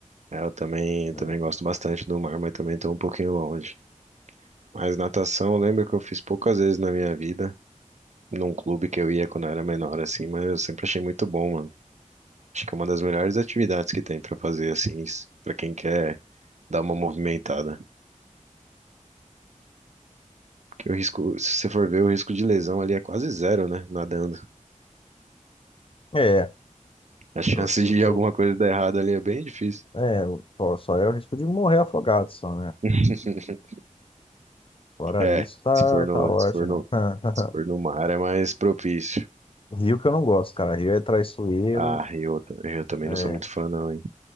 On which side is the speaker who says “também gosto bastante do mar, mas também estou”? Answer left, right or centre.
Right